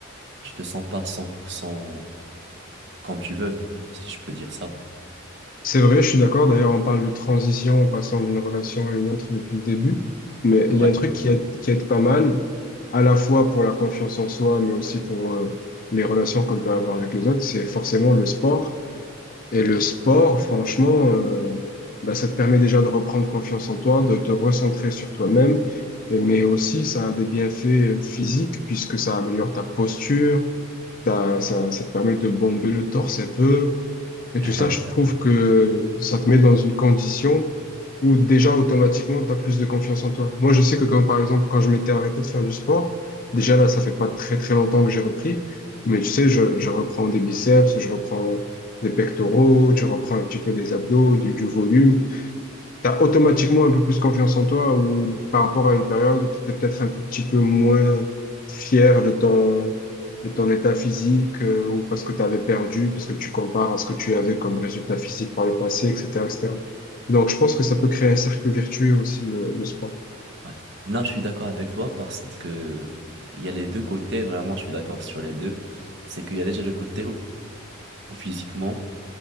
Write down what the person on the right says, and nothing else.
tu te sens pas 100% comme tu veux, si je peux dire ça.
Ouais.
<laughs>
Ouais. Non, je suis d'accord avec toi parce que il y a les deux côtés, vraiment, je suis d'accord sur les deux. C'est qu'il y a déjà le côté où où physiquement,